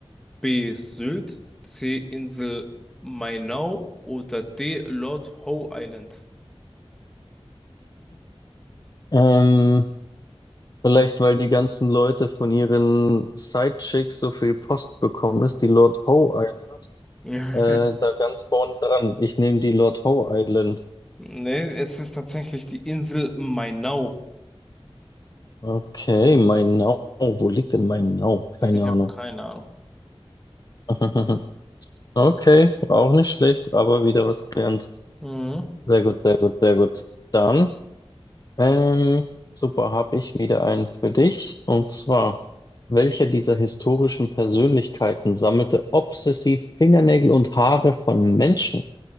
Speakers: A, in the centre; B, on the left.
A: B. Sylt, C. Insel Mainau oder D. Lord Howe Island?
B: Ähm, vielleicht, weil die ganzen Leute von ihren Sidechicks so viel Post bekommen ist, die Lord Howe Island,
A: <laughs>
B: äh, da ganz vorn dran. Ich nehme die Lord Howe Island.
A: Nee, es ist tatsächlich die Insel Mainau.
B: Okay, Mainau. Wo liegt denn Mainau? Keine
A: Ich habe
B: Ahnung.
A: keine Ahnung.
B: <laughs> Okay, auch nicht schlecht, aber wieder was gelernt.
A: Mhm.
B: Sehr gut, sehr gut, sehr gut. Dann Ähm, super, habe ich wieder einen für dich. Und zwar, welcher dieser historischen Persönlichkeiten sammelte obsessiv Fingernägel und Haare von Menschen?